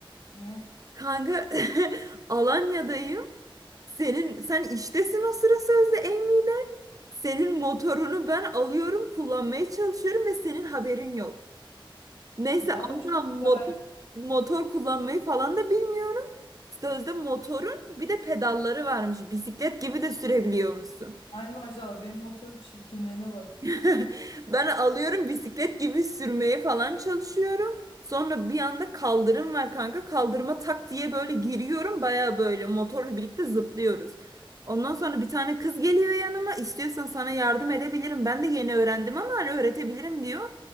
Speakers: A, on the left (about 85°); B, on the right (about 40°).
A: Ne?
B: Kanka <laughs> Alanya'dayım. Senin sen iştesin o sıra sözde Emmi'yle. Senin motorunu ben alıyorum kullanmaya çalışıyorum ve senin haberin yok. Neyse
A: Bravo
B: anlam
A: çok güzel.
B: motor,
A: ak-
B: motor kullanmayı falan da bilmiyorum. Sözde motorun bir de pedalları varmış. Bisiklet gibi de sürebiliyormuşsun.
A: Ay maşallah benim motorun çirkinliğine bak.
B: <laughs> Ben alıyorum bisiklet gibi sürmeye falan çalışıyorum. Sonra bir anda kaldırım var kanka. Kaldırıma tak diye böyle giriyorum. Baya böyle motorla birlikte zıplıyoruz. Ondan sonra bir tane kız geliyor yanıma. İstiyorsan sana yardım edebilirim. Ben de yeni öğrendim ama hani öğretebilirim diyor.